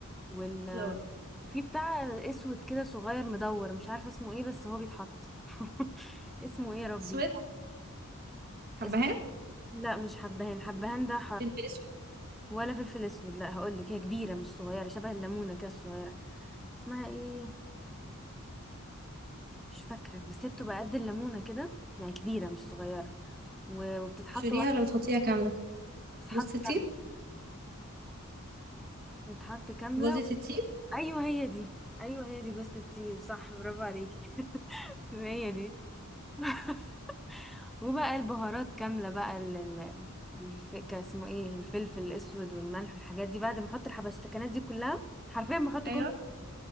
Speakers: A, in the centre; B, on the right.
A: وال
B: لورا
A: في بتاع اسود كده صغير مدور مش عارفه اسمه ايه بس هو بيتحط <laughs> اسمه ايه يا ربي
B: اسود حبهان
A: اس... لا مش حبهان حبهان ده
B: فلفل اسود
A: ولا فلفل اسود لا هقول لك هي كبيره مش صغيره شبه الليمونه كده الصغيره اسمها ايه مش فاكره بس هي بتبقى قد الليمونه كده يعني كبيره مش صغيره و- وبتتحط
B: ابشريها
A: واحده
B: ولا بتحطيها كامله
A: بتتحط
B: جوز
A: كامله
B: الطيب
A: بتتحط كامله
B: جوزة الطيب
A: ايوه هي دي ايوه هي دي جوزة الطيب صح برافو عليكي <laughs> هي دي <laughs> وبقى البهارات كامله بقى ال ال- الف- كان اسمه ايه الفلفل الاسود والملح والحاجات دي بعد ما احط الحبشتكنات دي كلها حرفيا بحط
B: ايوه
A: كل